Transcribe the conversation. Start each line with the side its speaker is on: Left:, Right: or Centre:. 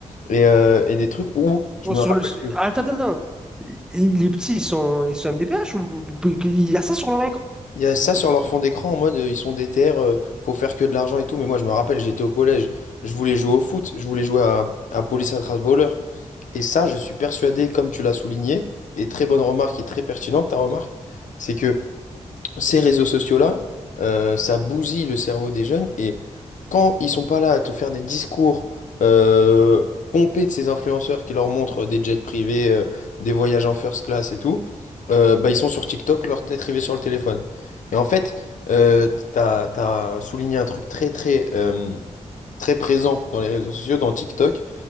Left: Et, euh, et des trucs où je
Centre: Bon,
Left: me
Centre: sur
Left: rappelle
Centre: le...
Left: que
Centre: Attends, attends, attends. Il- Les petits, ils sont, ils sont MDPH ou... Il y a ça sur leur
Left: il y a ça sur leur fond d'écran en mode euh, ils sont déter, euh, faut faire que de l'argent et tout. Mais moi, je me rappelle, j'étais au collège, je voulais jouer au foot, je voulais jouer à, à police attrape voleur. Et ça, je suis persuadé, comme tu l'as souligné, et très bonne remarque et très pertinente ta remarque, c'est que. ces réseaux sociaux-là, euh, ça bousille le cerveau des jeunes et quand ils sont pas là à te faire des discours euh, pompés de ces influenceurs qui leur montrent des jets privés, euh, des voyages en first class et tout, euh, bah ils sont sur TikTok, leur tête rivée sur le téléphone. Et en fait, euh, t'as, t'as souligné un truc très très euh, très présent dans les réseaux sociaux, dans TikTok,